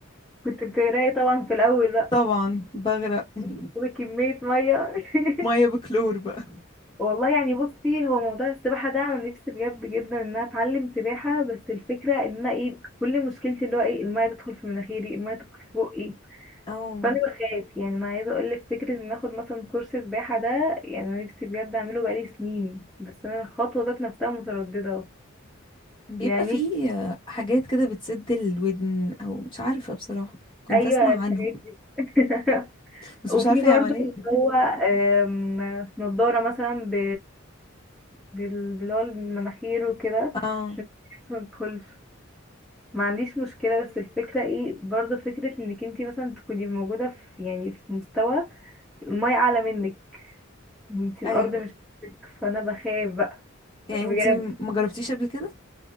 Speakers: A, in the centre; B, on the left.
A: كنت بتغرقي طبعا في الاول بقى
B: طبعا بغرق <laughs>
A: تاخدي كميه ميه <laughs>
B: ميه بكلور بقى
A: والله يعني بصي هو موضوع السباحه ده انا نفسي بجد جدا ان انا اتعلم سباحه بس الفكره ان انا ايه كل مشكلتي اللي هو ايه الميه تدخل في مناخيري الميه تدخل في بقي
B: او
A: فانا بخاف يعني انا عايزه اقول لك فكره ان اخد مثلا كورس سباحه ده يعني انا نفسي بجد اعمله بقالي سنين بس انا الخطوه ذات نفسها متردده
B: بيبقى
A: يعني
B: فيه حاجات كده بتسد الودن او مش عارفه بصراحه كنت
A: ايوه
B: اسمع
A: الحاجات
B: عنهم
A: دي <laughs>
B: بس
A: وفي
B: مش عارفه
A: برضه
B: هي عمليه
A: اللي
B: <laughs>
A: هو آم، نضارة مثلا ب... بال... باللي هو المناخير وكده
B: اه
A: عشان الشمس ما تدخلش ما عنديش مشكلة بس الفكرة ايه برضه فكرة انك انتي مثلا تكوني موجودة في يعني في مستوى المية أعلى منك انتي
B: ايوه
A: الأرض مش فوقك. فأنا بخاف بقى
B: يعني
A: بجد
B: انتي ما جربتيش قبل كده